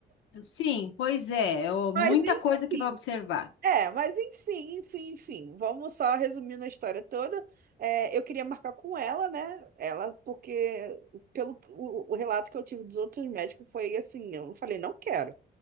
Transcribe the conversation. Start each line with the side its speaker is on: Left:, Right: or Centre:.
Left: Sim, pois é,
Right: <laughs>
Left: eu-
Right: Mas
Left: muita
Right: enfim.
Left: coisa que vai observar.
Right: É, mas enfim, enfim, enfim. Vamos só resumindo a história toda. É, eu queria marcar com ela, né? Ela, porque pelo o, o relato que eu tive dos outros médicos foi assim, eu falei, não quero.